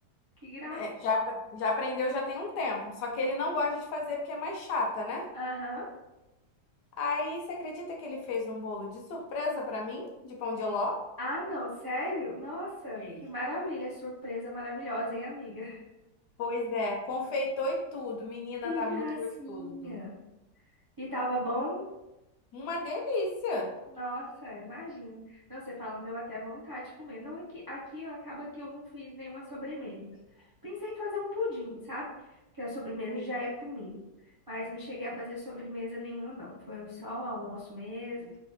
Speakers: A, on the right; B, on the left.
A: Que graça.
B: É, já, apre- já aprendeu já tem um tempo, só que ele não gosta de fazer porque é mais chata, né?
A: Aham.
B: Aí, você acredita que ele fez um bolo de surpresa pra mim, de pão de ló?
A: Ah, não, sério? Nossa,
B: Sei.
A: que maravilha, surpresa maravilhosa, hein, amiga?
B: Pois é, confeitou e tudo. Menina,
A: Que
B: tá muito
A: gracinha.
B: gostoso.
A: E tava bom?
B: Uma delícia.
A: Nossa, imagino. Não, você falando, deu até vontade de comer. Não é que aqui eu- acaba que eu não fiz nenhuma sobremesa. Pensei em fazer um pudim, sabe? Porque a sobremesa
B: Sim,
A: já é comigo. Mas não cheguei a fazer sobremesa nenhuma, não. Foi só o almoço mesmo.